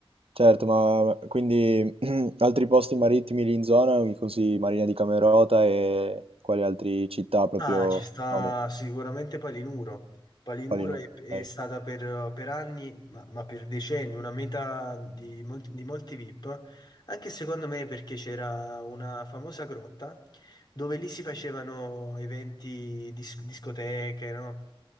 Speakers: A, on the right; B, on the left.
A: Certo, ma quindi <clears throat> altri posti marittimi lì in zona, mi consigli Marina di Camerota e quali altre città proprio
B: Ah, ci sta
A: no, beh,
B: sicuramente Palinuro. Palinuro
A: quali non,
B: è,
A: ok.
B: è stata per, per anni, ma, ma per decenni, una meta di, mol- di molti VIP, anche secondo me perché c'era una famosa grotta dove lì si facevano eventi, dis- discoteche, no?